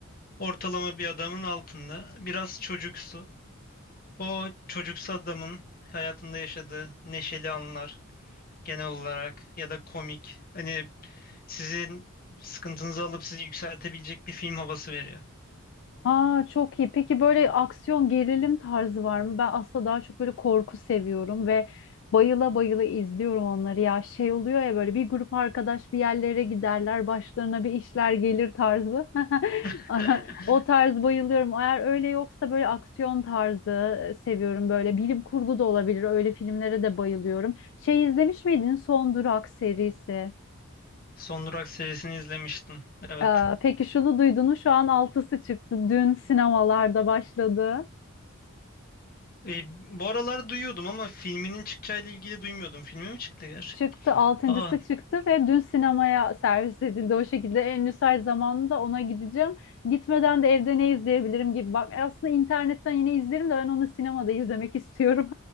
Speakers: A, on the left; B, on the left.
A: Ortalama bir adamın altında. Biraz çocuksu. O çocuksu adamın hayatında yaşadığı neşeli anlar genel olarak ya da komik. Hani sizin sıkıntınızı alıp sizi yükseltebilecek bir film havası veriyor.
B: Aa çok iyi. Peki böyle aksiyon gerilim tarzı var mı? Ben aslında daha çok böyle korku seviyorum ve bayıla bayıla izliyorum onları. Ya şey oluyor ya böyle bir grup arkadaş bir yerlere giderler, başlarına bir işler gelir tarzı. <laughs>
A: <laughs>
B: Aha, O tarz bayılıyorum. Eğer öyle yoksa böyle aksiyon tarzı e, seviyorum böyle. Bilim kurgu da olabilir. Öyle filmlere de bayılıyorum. Şey izlemiş miydin Son Durak serisi?
A: Son Durak serisini izlemiştim. Evet.
B: Ee, peki şunu duydunuz şu an altısı çıktı. Dün sinemalarda başladı.
A: E, bu aralar duyuyordum ama filminin çıkacağıyla ilgili duymuyordum. Filmi mi çıktı gerçi?
B: Çıktı, altıncısı
A: Aa,
B: çıktı ve dün sinemaya servis edildi. O şekilde en müsait zamanında ona gideceğim. Gitmeden de evde ne izleyebilirim gibi. Bak aslında internetten yine izlerim de ben onu sinemada izlemek istiyorum.